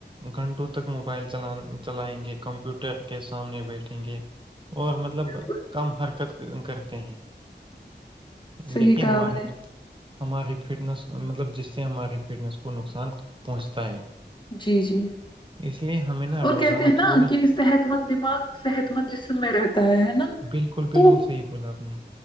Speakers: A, on the right; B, on the left.
A: گھنٹوں تک موبائل چلان چلائیں گے کمپیوٹر کے سامنے بیٹھیں گے اور مطلب
B: بالکل
A: کم حرکت کرتے ہیں
B: صحیح
A: دیکھیے
B: کہا
A: ہمارے
B: آپ نے
A: ہماراری فٹنس مطلب جس سے ہمارے فٹنس کو نقصان پہنچتا ہے
B: جی جی
A: اس لیے ہمیں نا
B: اور
A: روزانہ
B: کہتے ہیں نا
A: تھوڑی
B: کہ صحت مند دماغ صحت مند جسم میں رہتا ہے ہے نا
A: بالکل بالکل
B: تو
A: صحیح بولا آپ نے